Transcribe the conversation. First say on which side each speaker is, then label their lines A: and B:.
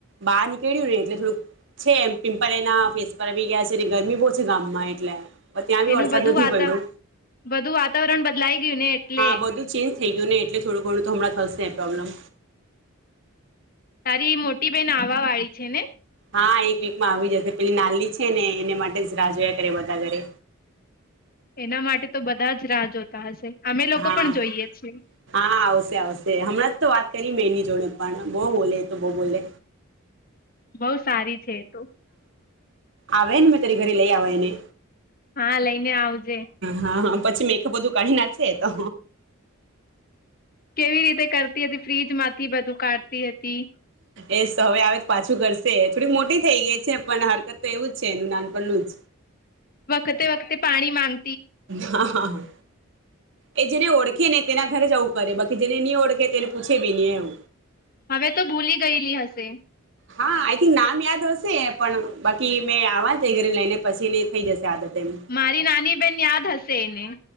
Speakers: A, on the right; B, on the left.
A: બહાર નીકળ્યું ને એટલે થોડુંક છે, એમ પિમ્પલ એના ફેસ પર આવી ગયા છે, ગરમી બહુ છે, ગામમાં એટલે ત્યાં બી
B: એનું
A: વરસાદ
B: બધું
A: નથી
B: વાતા
A: પડ્યો,
B: બધું વાતાવરણ બદલાઈ ગયું ને એટલે
A: હા બધું ચેન્જ થઈ ગયું, ને એટલે થોડું ઘણું તો હમણાં. થશે, પ્રોબ્લમ.
B: તારી મોટી, બેન આવા વાળી છેને?
A: હા, એક વીકમાં આવી જ, શે પેલી નાલી છેને, એને માટે જ રાહ જોયા કરે બધા ઘરે.
B: એના માટે તો બધાજ રાહ જોતા, હશે. અમે લોકો
A: હા,
B: પણ જોઈએ છીએ
A: હા આવશે, આવશે હમણાં. તો વાત કરી મેં એની જોડે પણ બહુ બોલે એ, તો બહુ બોલે.
B: બહુ સારી છે. તો.
A: આવેને મેં તરી ઘરે લઈ, આવ એને
B: હા, લઈને આવજે.
A: હા હા પછી મેઘઅપ બધું કાઢીનાર છે, તો
B: કેવી રીતે કરતી હતી, ફ્રીજ માંથી બધું કારતી હતી.
A: એ હવે આવે પાછું કરશે થોડીક મોટી થઈ ગઈ છે, પણ હરકત તો એવુંજ છે, એનું નાનપું જ.
B: વખતે, વખતે પાણી માંગ.
A: ના હા, એ જેને ઓળખે ને તેના ઘરેજ આવું કરે બાકી જેને નહી, ઓળખે તેને પૂછે બી નહી એમ.
B: હવે, તો ભૂલી ગયેલી હશે.
A: હા, આઈ થિંક નામ યાદ હશે પણ બાકી મેં આવવા જ ઘરે લઈને પછી ની થઈ, જશે આદત. એમ
B: મારી, નાની. બેન, યાદ હશે એને.